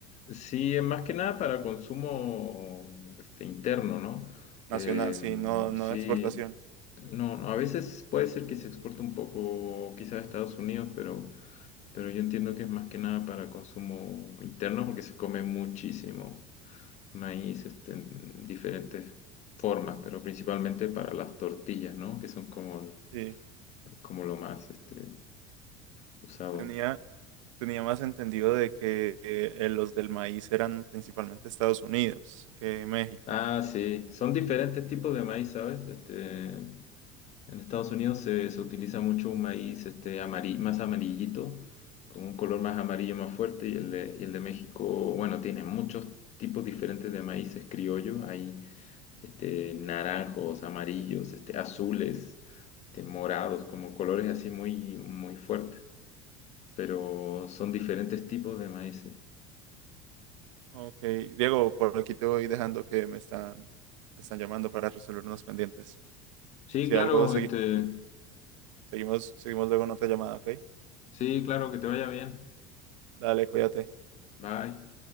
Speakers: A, on the left (about 45°); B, on the right (about 85°).
A: sí, es más que nada para consumo este, interno, ¿no?
B: nacional,
A: Eh,
B: sí, no,
A: sí,
B: no de exportación.
A: no, no, a veces puede ser que se exporte un poco quizás a Estados Unidos, pero, pero yo entiendo que es más que nada para consumo interno porque se come muchísimo maíz este, en diferentes formas, pero principalmente para las tortillas, ¿no? Que son como,
B: Sí.
A: como lo más este, usado.
B: Tenía, tenía más entendido de que eh, los del maíz eran principalmente Estados Unidos que México.
A: Ah, sí, son diferentes tipos de maíz, ¿sabes? Este, en Estados Unidos se, se utiliza mucho un maíz este, amari- más amarillito, con un color más amarillo más fuerte, y el de, y el de México, bueno, tiene muchos tipos diferentes de maíces criollos, hay este, naranjos, amarillos, este, azules, este, morados, como colores así muy, muy fuertes, pero son diferentes tipos de maíces.
B: Ok, Diego, por aquí te voy dejando que me están, me están llamando para resolver unos pendientes.
A: Sí,
B: Si
A: claro,
B: algo, segui-
A: este,
B: seguimos, seguimos luego en otra llamada, ¿ok?
A: sí, claro, que te vaya bien.
B: Dale, cuídate.
A: Bye.